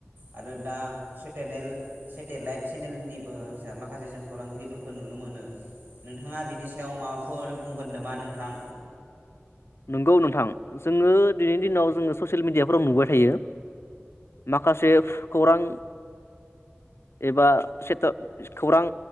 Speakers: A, on the right (about 45°); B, on the left (about 65°).
A: आरो दा सेटेनेल सेटेलाइट सेनेलनिबो माखासे जों खौरांगिरिफोरखौ नुनो मोनो नोंथाङा बिनि सायाव माबाफोर बुंगोन नामा नोंथां?
B: नंगौ नोंथां जोङो दिनैनि दिनाव जोङो ससियेल मिडियाफोराव नुबाय थायो माखासे खौरां एबा सेटे खौरां